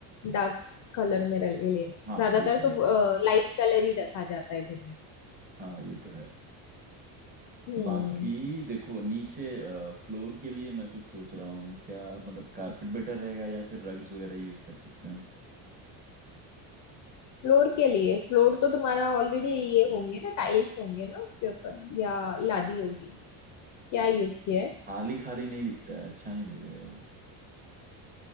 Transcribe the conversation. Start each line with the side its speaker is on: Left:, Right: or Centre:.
Left: डार्क कलर में ले लेना
Right: हाँ
Left: ज्यादातर
Right: बिल्कुल
Left: तो
Right: बिल्कुल
Left: लाइट कलर ही रखा जाता है घर में
Right: हाँ ये तो है
Left: हम्म
Right: बाकी देखो नीचे फ्लोर के लिए मैं कुछ सोच रहा हूँ क्या मतलब कारपेट बेटर रहेगा या फिर रग्स वगैरह यूज कर सकते हैं
Left: फ्लोर के लिए फ्लोर तो तुम्हारा ऑलरेडी ये होंगे ना टाइल्स होंगे ना उसके ऊपर या लादी होगी क्या यूज किया है
Right: खाली खाली नहीं दिखता है अच्छा नहीं दिखेगा वो